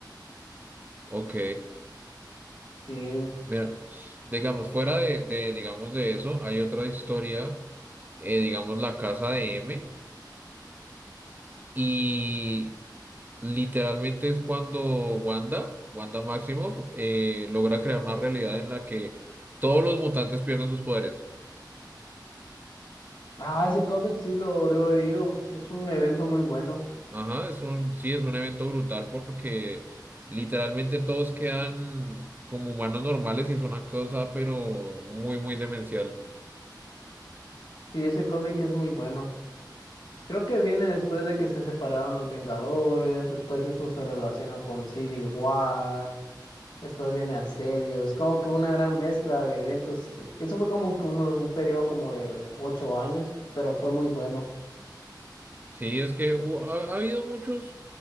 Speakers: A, on the right; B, on the left.
A: Ok,
B: Sí.
A: mira, digamos, fuera de, de, digamos, de eso, hay otra historia, eh, digamos, La Casa de M. y Literalmente es cuando Wanda, Wanda Maximoff, eh, logra crear una realidad en la que todos los mutantes pierden sus poderes.
B: Ah, ese cómic sí lo, lo he leído. Es un evento muy bueno.
A: Ajá, es un, sí, es un evento brutal porque literalmente todos quedan como humanos normales y es una cosa, pero muy, muy demencial.
B: Sí, ese cómic es muy bueno. Creo que viene después de que se separaron los Vengadores, después eso se relaciona con Civil War, después viene Asedios, como que una gran mezcla de eventos. Eso fue como que uno- un periodo como de ocho años, pero fue muy bueno.
A: Sí, es que hu- ha, ha habido muchos,